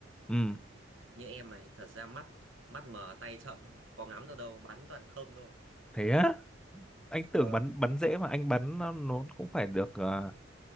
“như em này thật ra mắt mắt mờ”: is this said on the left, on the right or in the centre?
Right